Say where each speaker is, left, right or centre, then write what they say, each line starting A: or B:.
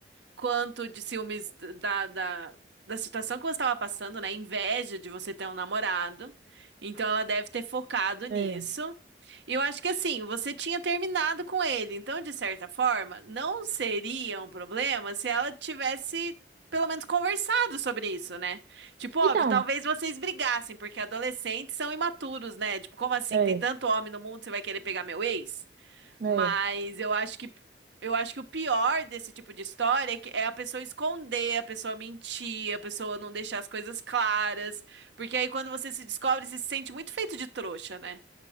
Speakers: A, on the right; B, on the right.
A: quanto de ciúmes da, da, da situação que você estava passando, né? Inveja de você ter um namorado. Então ela deve ter focado nisso.
B: É.
A: E eu acho que assim, você tinha terminado com ele. Então, de certa forma, não seria um problema se ela tivesse. Pelo menos conversado sobre isso, né? Tipo, óbvio,
B: Então,
A: talvez vocês brigassem, porque adolescentes são imaturos, né? Tipo, como assim?
B: É,
A: Tem tanto homem no mundo, você vai querer pegar meu ex?
B: é.
A: Mas eu acho que eu acho que o pior desse tipo de história é que é a pessoa esconder, a pessoa mentir, a pessoa não deixar as coisas claras, porque aí quando você se descobre, você se sente muito feito de trouxa, né?